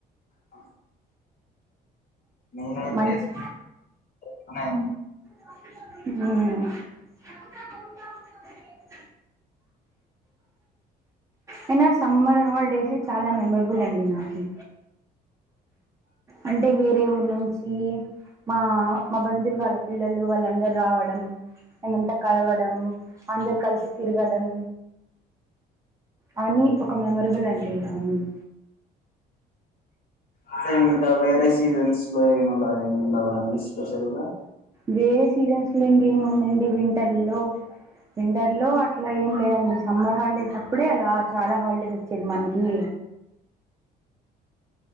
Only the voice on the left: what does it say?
ఆ నేనైతే
చానా
అదే ఇంకా వేరే సీజన్స్ లో ఏమలా ఏమి ఉండవా అండి స్పెషల్ గా